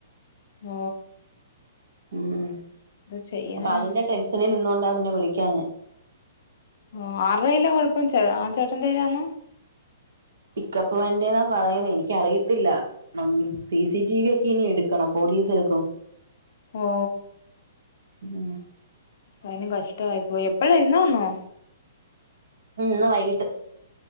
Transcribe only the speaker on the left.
ഓ
ഇത് ചെയ്യാനാ
ഓ ആറ്ടെ കൈലാ കൊഴപ്പം ചേ ആ ചേട്ടന്റെ കൈലാന്നൊ
ഓ
അതിനും കഷ്ടമായി പോയി എപ്പഴാ ഇന്ന് വന്നോ